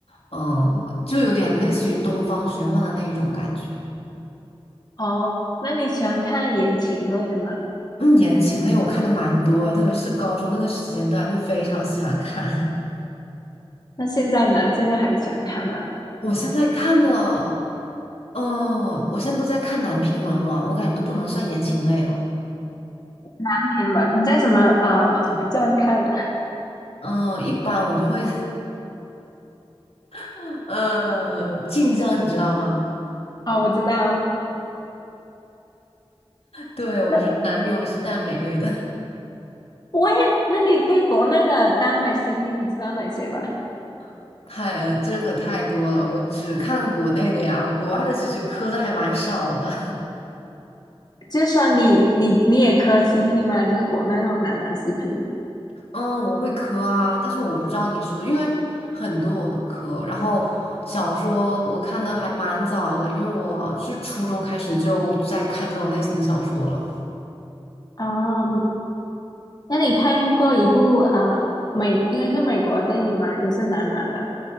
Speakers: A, on the left; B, on the left.
A: 嗯、就有点类似于东方玄幻的那一种感觉。
B: 哦，那你喜欢看言情类的吗？
A: 嗯，言情类我看的蛮多诶，特别是高中那个时间段，就非常喜欢看。
B: 那现在呢？现在还喜欢看吗？
A: <laughs> 我现在看的，嗯，我现在都在看男频文了，我感觉都不能算言情类了。
B: 单篇吧，你在什么呃网站看的？
A: 嗯，一般我就会，<laughs> 呃，晋江，你知道吗？
B: <laughs> 哦，我知道。
A: 对，我说男频文是耽美类的，
B: 那我也，那你对国内的耽美 CP 你知道哪些吗？
A: <laughs> 太，这个太多了，我只看国内的呀，我国外的其实磕的还蛮少的。
B: 就算你你你也磕 CP 吗？就是国内那种男男 CP。
A: 嗯，我会磕啊，但是我不知道你说，因为很多我都磕。然后小说我看的还蛮早的，因为我是初中开始就在看这种类型的小说了。
B: 嗯，那你看过一部呃美应该是美国的电影吗？也是男男的。